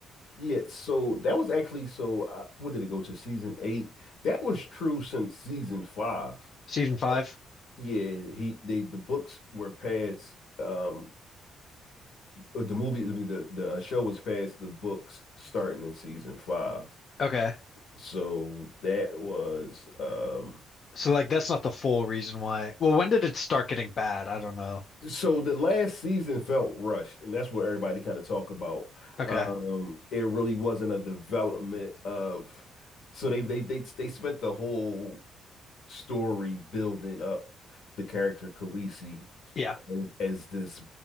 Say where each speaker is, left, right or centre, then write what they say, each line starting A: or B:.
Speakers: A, on the left; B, on the left.
A: Yeah, so that was actually so. Uh, what did it go to season eight? That was true since season five.
B: Season
A: Uh,
B: five?
A: yeah, he they the books were past um uh, the movie I mean, the the uh, show was past the books starting in season five.
B: Okay.
A: So that was um
B: So like that's not the full reason why. Well, when did it start getting bad? I don't know.
A: so the last season felt rushed, and that's what everybody kind of talk about.
B: Okay.
A: Um, it really wasn't a development of. So they they they they spent the whole story building up the character Khaleesi
B: Yeah.
A: as, as this